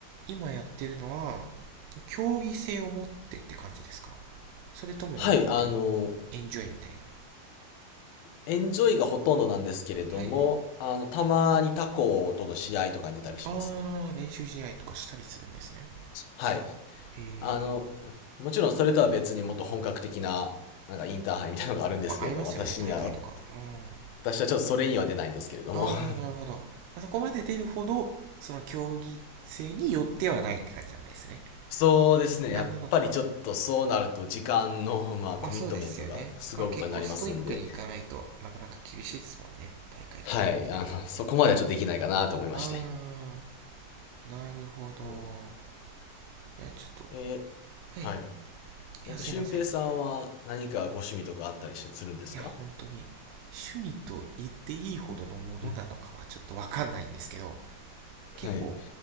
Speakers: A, on the right; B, on the left.
A: 今やってるのは、競技性を持ってって感じですかそれとももう本当に、
B: はい、あの、
A: エンジョイみたいな。
B: エンジョイがほとんどなんですけれども、
A: はい。
B: あの、たまに他校との試合とかに出たりしますね。
A: あー、練習試合とかしたりするんですね。
B: はい。
A: えー。
B: あの、もちろんそれとは別にもっと本格的な、なんかインターハイみたいなのがあるんですけれども、
A: まあ、合いますよね、
B: 私には、
A: 大会とか。うん。
B: 私はちょっとそれには出ないんですけれども。
A: あー、
B: <laughs>
A: なるほど。あそこまで出るほど、その競技性によってはないって感じなんですね。
B: そうですね。
A: なるほど。
B: やっぱりちょっとそうなると時間の、まあ、
A: まあそうですよね。
B: コミットメントがすごいことになりますんで。
A: まあ結構ストイックにいかないとなかなか厳しいですもんね。大会とか出るってなると。
B: はい、あの、そこまではちょっとできないかなと思いまして。
A: あー、なるほど。
B: うん。
A: いや、ちょっと。
B: えー、
A: はい。
B: はい。
A: い
B: えっと、
A: や、すいません。
B: 俊平さんは何かご趣味とかあったりしするんですか
A: いや、本当に。趣味と言っていいほどのものなのかはちょっとわかんないんですけど、
B: うん。
A: 結構、
B: はい。